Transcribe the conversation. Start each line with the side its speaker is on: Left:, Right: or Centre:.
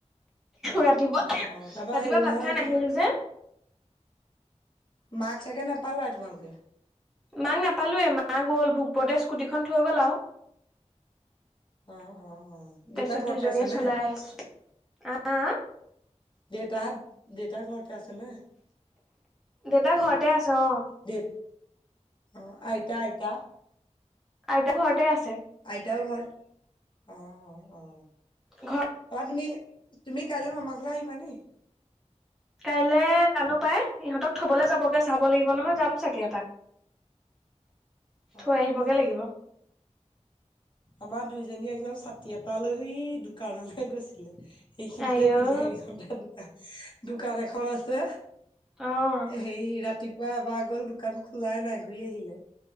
Centre: ৰাত তিপুৱা
Left: অ', অ', তাৰপৰা
Centre: ৰাতিপুৱা
Left: হেৰি
Centre: ভাত
Left: নহয়
Centre: খাই
Left: এইটো
Centre: নাহিলো
Left: কি
Centre: যে।
Left: মাক চাগে নাপালাই তোমালোকে?
Centre: মাক নাপালোয়ে মা গ'ল ভোকপুৰতে স্কুটিখন থৈ গ'ল আৰু।
Left: অ',
Centre: তাৰপিছত
Left: অ', অ', দেউতা ঘৰতে
Centre: দুইজনীয়ে
Left: আছে
Centre: চলাই
Left: নে?
Centre: আহিছেো <unintelligible>
Left: দেতা দেতা ঘৰতে আছে নে?
Centre: দেতা ঘৰতে আছে অ'।
Left: দে অ', আইতা আইতা।
Centre: আইতা ঘৰতে আছে।
Left: আইতাও ঘৰ অ', অ', অ'।
Centre: <inaudible> ঘ
Left: ধৰা তুমি তুমি কাইলৈ পা আমাৰ ঘৰলে আহিবা দেই।
Centre: কাইলে জানো পায়, ইহঁতক থবলে যাবগে চাব লাগিব নহয় যাম চাগে এপাক। থৈ
Left: অ',
Centre: আহিবগে
Left: অ'।
Centre: লাগিব।
Left: আমাৰ দুইজনীয়ে একদম ছাতি এটা লৈ সেই দোকানলে গৈছিলে। এইখিনিতে
Centre: আই
Left: তিনি
Centre: অ
Left: আৰি খনতে দোকান দোকান এখন আছে।
Centre: অ
Left: হেই ৰাতিপুৱা এবাৰ গল দোকান খোলাই নাই ঘূৰি আহিলে।